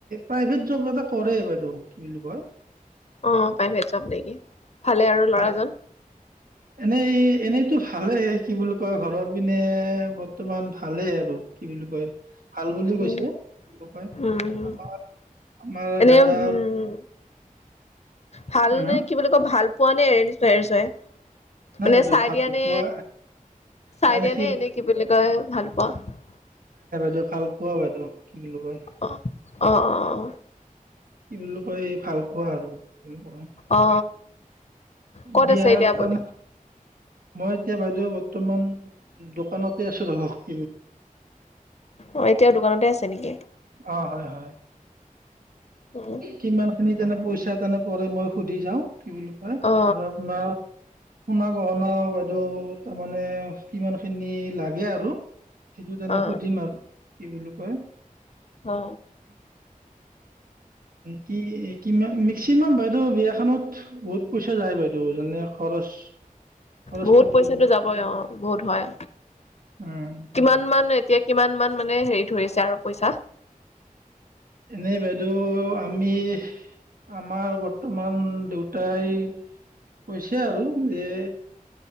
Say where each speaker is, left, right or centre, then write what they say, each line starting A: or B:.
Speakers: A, on the right; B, on the left.
A: প্ৰাইভেট জব এটা কৰে বাইদেউ, কি বুলি কয়।
B: অ প্ৰাইভেট জব নেকি ভালে আৰু ল'ৰাজন।
A: পাই এনেই এনেইতো ভালেই কি বুলি কয় ঘৰৰ পিনে বৰ্তমান ভালেই আৰু কি বুলি কয়। ভাল বুলি কৈছে,
B: উম
A: আমাৰ
B: উম
A: আমাৰ
B: এনে
A: দাদা।
B: উম ভাল
A: হা
B: নে
A: হা
B: কি বুলি কয় ভাল। পোৱা নে? এৰেঞ্জ মেৰেজ হয়?
A: নাই
B: মানে
A: বাইদেউ
B: চাই
A: ভাল
B: দিয়া নে
A: পোৱা
B: চাই
A: নাই নাই
B: দিয়ানে
A: সি-
B: এনেই কি বুলি কয় ভাল পোৱা?
A: ভালপোৱা বাইদেউ কি বুলি কয়
B: অ অ অ অ
A: কি বোলো কয় ভালপোৱা আৰু কি বুলি কয়
B: অ ক'ত
A: বিয়াৰ
B: আছে, এতিয়া আপুনি
A: কাৰণে মই এতিয়া বাইদেউ বৰ্তমান দোকানতে আছো ধৰক।
B: অ এতিয়া
A: দোকান-
B: দোকানতে আছে নেকি।
A: অ হয় হয়
B: উম
A: কিমান খিনি যেনে পইচা তেনে পৰে মই সুধি যাওঁ। কি বুলি কয়
B: অ
A: আৰু আপোনাৰ সোণা গহ অ বাইদেউ তাৰমানে কিমান খিনি লাগে আৰু সেইটো মানে
B: অ
A: সুধিম আৰু কি বোলো কয়
B: অ
A: কি কি মিক্সিমাম বাইদেউ বিয়াখনত বহুত পইচা যায় বাইদেউ যেনেনে খৰচ খৰচ
B: বহুত
A: পাতি
B: পইচাটো
A: বাইদেউ
B: যাব অ বহুত হয়
A: উম,
B: কিমান মান এতিয়া কিমান মান মানে হেৰি ধৰিছে আৰু পইচা
A: এনে বাইদেউ আমি আমাৰ বৰ্তমান দেউতাই কৈছে আৰু যে